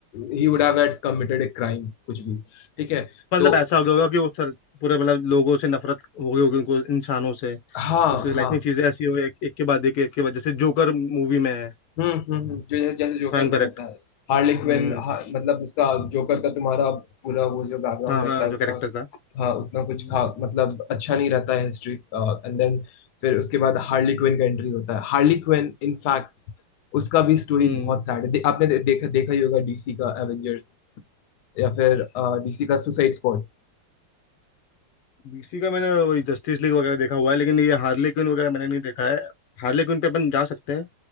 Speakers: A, on the left; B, on the left.
A: he would have had committed a crime कुछ भी ठीक है
B: मतलब
A: तो
B: ऐसा हो गया होगा कि वो सर पूरे मतलब लोगों से नफरत हो गई होगी उनको इंसानों से
A: हाँ
B: उसकी लाइफ
A: हाँ
B: में चीजें ऐसी हो एक, एक के बाद एक एक के बाद जैसे जोकर मूवी में है
A: हम्म हम्म हम्म, जो जैसे जैसे जोकर
B: If I am
A: में
B: correct
A: रहता है हार्ली
B: हम्म
A: क्विन हा, मतलब उसका जोकर का तुम्हारा पूरा वो जो बैकग्राउंड
B: हाँ
A: रहता
B: हाँ
A: है
B: जो
A: उतना
B: कैरेक्टर था
A: हाँ उतना कुछ
B: हम्म
A: खा मतलब अच्छा नहीं रहता है हिस्ट्री एंड देन फिर उसके बाद हार्ली क्विन का एंट्री होता है हार्ली क्विन इनफैक्ट उसका भी स्टोरी
B: हम्म।
A: बहुत सैड है दे, आपने दे, देखा देखा ही होगा डीसी का एवेंजर्स या फिर डीसी का सुसाइड स्क्वाड
B: DC का मैंने वही जस्टिस लीग वगैरह देखा हुआ है लेकिन ये हार्ले क्विन वगैरह मैंने नहीं देखा है हार्ले क्विन पे अपन जा सकते हैं